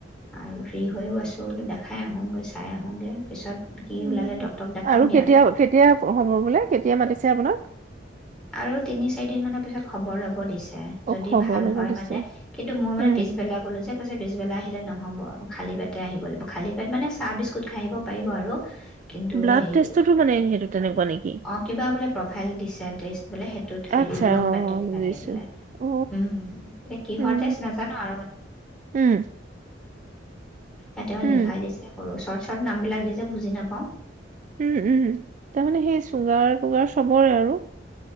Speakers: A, in the centre; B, on the right (about 40°).
A: আৰু ফ্ৰী হৈও আছোঁ দেখাই আহোঁগৈ চাই আহোঁগৈ পিছত। কি
B: উ
A: ওলালে ডক্তৰক দেখামগৈ
B: আৰু কেতিয়া কেতিয়া হ'ব বোলে কেতিয়া মাতিছিল আপোনাক
A: আৰু তিনি চাৰি দিন মানৰ পিছত খবৰ ল'ব দিছে যদি
B: অ', খবৰ
A: ভাল
B: ল'ব
A: হয়
B: দিছে
A: মানে কিন্তু মই মানে
B: উম।
A: পিছবেলাই কলো যে কৈছে পিছবেলা আহিলে নহ'ব খালী পেটে আহিব লাগিব খালী পেট মানে চাহ বিস্কুট খাই আহিব পাৰিব আৰু কিন্তু
B: ব্লাড
A: হেই
B: টেষ্টতো মানে সেইটো তেনেকুৱা নেকি?
A: অ কিবা বোলে প্ৰফাইল দিছে বোলে হেইটোত হেৰি
B: আচ্ছা
A: উদং
B: অ
A: পেকেট
B: বুজিছো
A: লাগে বোলে।
B: অ
A: উম। এতিয়া কিহৰ
B: উম উম
A: টেষ্ট নাজাৱ অ
B: উম
A: এ তেওঁ
B: উম
A: লিখাই দিছে সৰু চৰত চব নামবিলাক দি যে বুজি নাপাওঁ
B: উম উম তাৰমানে সেই চুগাৰ কুগাৰ চবৰে আৰু